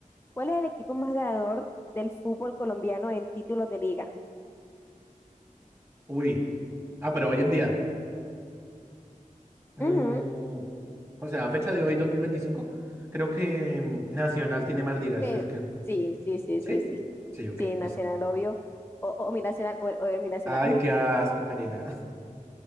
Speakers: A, on the left; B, on the right.
A: ¿Cuál es el equipo más ganador del fútbol colombiano en títulos de liga?
B: Uy, ah, pero hoy en día, mm,
A: Ujú,
B: o sea, a fecha de hoy, 2025 creo que mm, Nacional tiene más ligas,
A: pero,
B: ¿es que?
A: sí, sí, sí,
B: ¿Sí?
A: sí, sí.
B: Sí, ok,
A: Sí, Nacional,
B: listo.
A: obvio. O, o mi Nacional, o, o mi Nacional.
B: Ay,
A: <laughs>
B: qué asco, Karina.